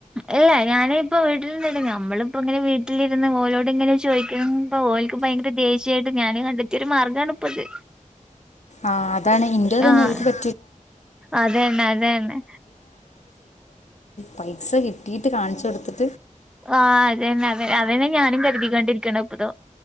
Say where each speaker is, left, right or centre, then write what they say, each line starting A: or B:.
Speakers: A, in the centre; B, on the left.
A: ഇല്ല ഞാന ഇപ്പ വീട്ടിൽന്നല്ല നമ്മളിപ്പോ ഇങ്ങനെ വീട്ടിലിരുന്ന് ഓലോട് ഇങ്ങനെ ചോദിക്ക <unintelligible> ഓൽക്ക് ഭയങ്കര ദേഷ്യായിട്ട് ഞാന് കണ്ടത്തിയ ഒരു മാർഗമാണ് ഇപ്പത്
B: ആഹ് അതാണ് ഇന്റേത്
A: ആഹ്
B: തന്നെ ഓൽക്ക്
A: അതന്നെ അതന്നെ
B: പൈസ കിട്ടിയിട്ട് കാണിച്ചു കൊടുത്ത്
A: ആഹ അത തന്നെ അത അതന്നെ ഞാനും കരുതിക്കൊണ്ടിരിക്കണ ഇപ്പതോ